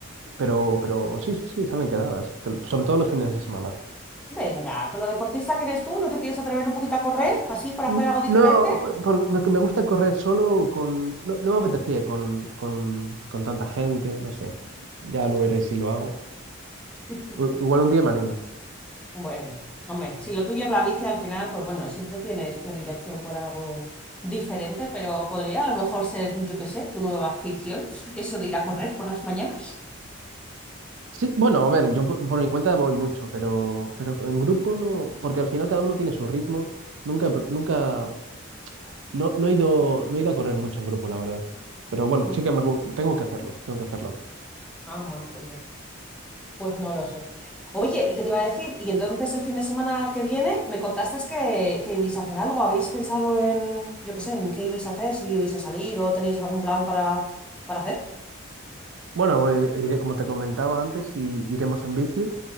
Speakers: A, on the right; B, in the centre.
A: pero, pero sí, sí, sí, se hacen quedadas, te- sobre todo los fines de semana.
B: Venga, con lo deportista que eres tú, ¿no te quieres atrever un poquito a correr así para
A: N-
B: hacer algo diferente?
A: No, por- por- me me gusta correr solo con... No, no me apetecía ir con, con, con tanta gente, no sé. Ya lo veré si lo hago.
B: <laughs>
A: U- Igual un día me animo.
B: Bueno, hombre, si lo tuyo es la bici al final, pues bueno, siempre tienes predilección por algo diferente, pero podría a lo mejor ser, yo qué sé, tu nueva afición, eso de ir a correr por las mañanas.
A: Sí, bueno, a ver, yo por, por mi cuenta voy mucho, pero, pero en grupo no, porque al final cada uno tiene su ritmo. Nunca, he pr- nunca, no, no he ido, no he ido a correr mucho en grupo, la verdad. Pero bueno,
B: Mm,
A: sí que me gu- tengo que hacerlo, tengo que hacerlo.
B: Ah, bueno, pues mira, pues no lo sé. Oye, ¿y qué te iba a decir? Y entonces el fin de semana que viene me contaste que, que ibais a hacer algo. ¿Habéis pensado en, yo qué sé, en qué ibais a hacer, si ibais a salir o tenéis algún plan para, para hacer?
A: Bueno, eh, iré, como te comentaba antes, y iremos en bici,